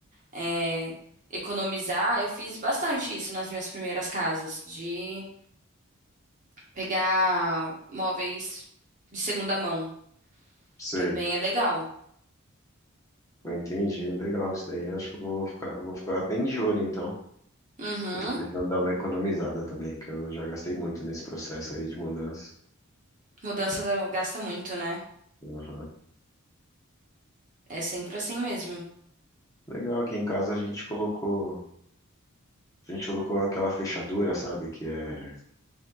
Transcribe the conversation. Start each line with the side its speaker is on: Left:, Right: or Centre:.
Right: é, economizar, eu fiz bastante isso nas minhas primeiras casas, de pegar móveis de segunda mão.
Left: Sei,
Right: Também é legal.
Left: eu entendi, legal isso daí. Acho que eu vou ficar, vou ficar bem de olho então,
Right: Uhum.
Left: que eu tô precisando dar uma economizada também, que eu já gastei muito nesse processo aí de mudança.
Right: Mudança da- gasta muito, né?
Left: Uhum.
Right: É sempre assim mesmo.
Left: Legal, aqui em casa a gente colocou, a gente colocou aquela fechadura, sabe, que é